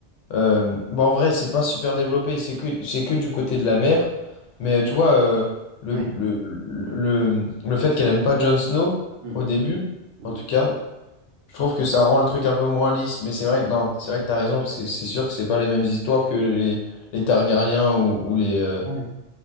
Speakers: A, on the left; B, on the right.
A: Euh, bah en vrai, c'est pas super développé, c'est que, c'est que du côté de la mer. Mais euh, tu vois, euh, le,
B: Ouais.
A: le, le, le fait qu'elle aime pas Jon Snow
B: Mm,
A: au début,
B: mm.
A: en tout cas, je trouve que ça rend le truc un peu moins lisse. Mais c'est vrai que non, c'est vrai que t'as raison, c'est c'est sûr que c'est pas les mêmes histoires que les, les Targaryens ou, ou les, euh,
B: Ouais.